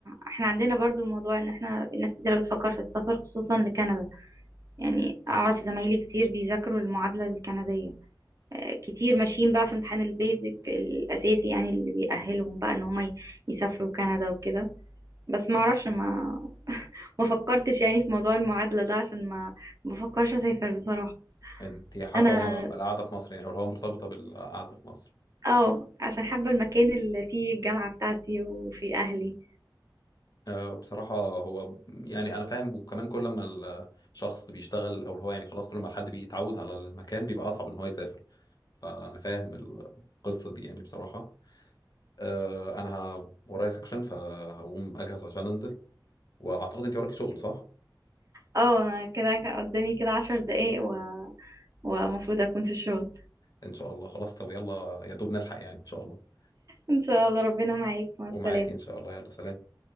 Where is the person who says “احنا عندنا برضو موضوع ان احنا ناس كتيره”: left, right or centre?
Right